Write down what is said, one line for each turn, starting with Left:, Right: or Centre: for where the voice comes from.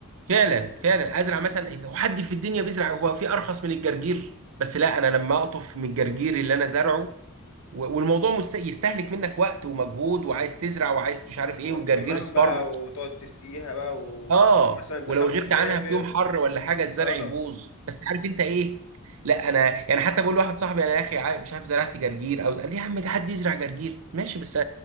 Right: فعلا فعلا ازرع مثلا إيه، هو حد في الدنيا بيزرع هو في ارخص من الجرجير بس لا انا لما اقطف من الجرجير اللي انا زرعه و- والموضوع مست... يستهلك منك وقت ومجهود وعايز تزرع وعايز مش عارف
Left: واهتمام
Right: ايه والجرجير اصفر
Left: بقى وتقعد تسقيها بقى ومثلا
Right: اه ولو
Left: تخاف
Right: غبت
Left: تسافر
Right: عنها في يوم حر ولا حاجه الزرع
Left: اه
Right: يبوظ بس عارف انت ايه لا انا يعني حتى بقول لواحد صاحبي انا يا اخي عا- مش عارف زرعت جرجير او قال لي يا عم ده حد يزرع جرجير ماشي بس